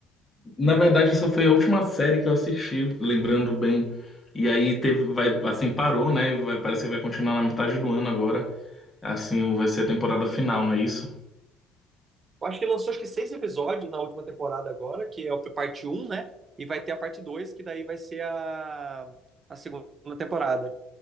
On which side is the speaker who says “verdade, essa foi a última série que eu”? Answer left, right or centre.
Left